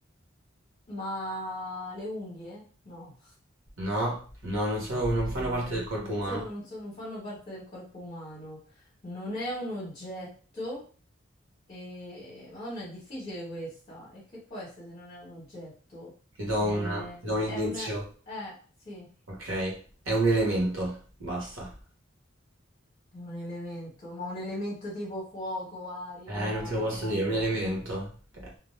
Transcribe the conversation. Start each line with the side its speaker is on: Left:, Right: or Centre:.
Left: Ma le unghie? No.
Right: No, no, non sono- non fanno
Left: Non
Right: parte
Left: è-
Right: del corpo
Left: non
Right: umano.
Left: sono- non sono- non fanno parte del corpo umano, non è un oggetto e... Madonna, è difficile questa. E che può essere se non è un oggetto?
Right: Ti do
Left: Eh,
Right: un, ti do un
Left: è
Right: indizio,
Left: un... Eh, sì,
Right: ok? È un elemento, basta.
Left: è un elemento, ma un elemento tipo fuoco, aria,
Right: Eh, non te lo posso dire,
Left: acqua.
Right: è un elemento. Ok.